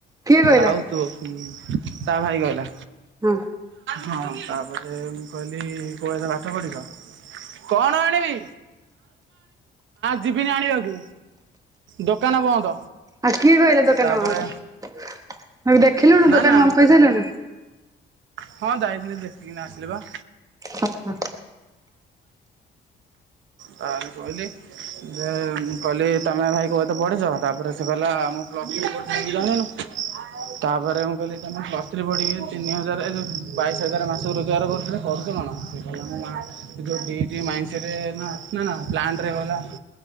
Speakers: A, on the right (about 15°); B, on the right (about 75°).
A: କିଏ କହିଲା
B: ଆଉ ତୁ ତା ଭାଇ କହିଲା।
A: ହଁ
B: ହଁ ତାପରେ ମୁଁ କହିଲି କୋଉ <unintelligible> କଣ ଆଣିବି, ଯିବିନି ଆଣିବାକୁ। ଦୋକାନ ବନ୍ଦ।
A: ଆ କିଏ କହିଲା ଦୋକାନ
B: ତାପରେ
A: ବନ୍ଦ ଏବେ ଦେଖିଲୁଣୁ
B: ନା
A: ଦୋକାନ
B: ନା
A: ବନ୍ଦ କରିସାରିଲୁଣୁ।
B: ହଁ ଯାଇଥିଲି ଦେଖିକିନା ଆସିଲି ବା।
A: ହଁ ହଁ।
B: କାଲି କହିଲି ଯେ କହିଲି ତମେ ଭାଇ କୋଉ ଏତେ ପଢିଛ ତାପରେ ସେ କିହିଲା ମୁଁ ପ୍ଲସ୍ ଥ୍ରୀ ପଡ଼ିଛି <unintelligible> ତାପରେ ମୁଁ କହିଲି ତମେ ପ୍ଲସ୍ ଥ୍ରୀ ପଢିକି ତିନି ହଜାର ଏ ଯୋଉ ବାଇଶ ହଜାର ମାସ ରୋଜଗାର କରୁଥିଲ କରୁଛ କଣ ଯୋଉ ଡିଉଟି ମାଇଣ୍ଡରେ ଆସିଥିଲ ନା ପ୍ଲାଣ୍ଟରେ ଗଲା